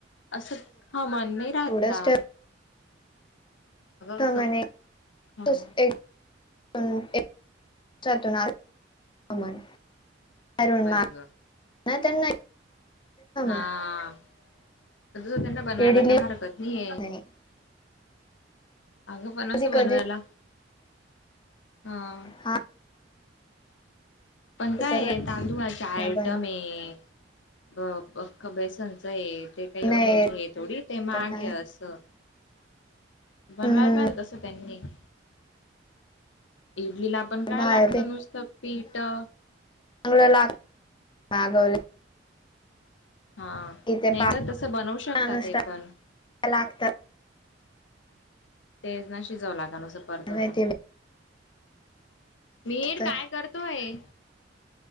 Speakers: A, on the left (about 75°); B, on the left (about 25°).
A: असं खा मन नाही राहता
B: पुढंच ठेव
A: <unintelligible>
B: त
A: असं
B: म्हणे एक
A: खमण
B: दिवस <inaudible> <unintelligible> एक दिवसातून आड <inaudible> <unintelligible>
A: बाई
B: <inaudible> नाय
A: ग
B: त्यांना <inaudible>
A: हा
B: <unintelligible>
A: <inaudible> त्यांना बनवायला
B: इडली
A: काय हरकत नय्याय
B: नाही
A: <unintelligible> अगं पण असं
B: कधी
A: बनवायला
B: कधी
A: हा <unintelligible>
B: हा
A: पण काय
B: ते तर
A: आहे तांदूळाचे
B: लग्न
A: आयटम
B: पण
A: हे <unintelligible> पख बेसनच हे ते <unintelligible> ते एवढं
B: नाही
A: म्हणजे थोडी ते
B: आता
A: महाग
B: काय
A: हे असतं <unintelligible> बनवायला
B: हम्म
A: पाहिल तस त्यांनी पी. जी ला <unintelligible> पण काय
B: बाहेर
A: लागतं
B: ते
A: नुसतं पीठ <unintelligible>
B: मागवाव लागत मागवलाय <unintelligible>
A: हा नाहीे
B: कि ते पाच
A: ग तसं बनवू शकतात
B: नुसतं
A: हे पण <unintelligible>
B: लागतात <unintelligible>
A: तेचना शिजवाव लागाल आस परतवता
B: काय माहिती
A: <unintelligible> मिहिर
B: तर
A: काय करतोय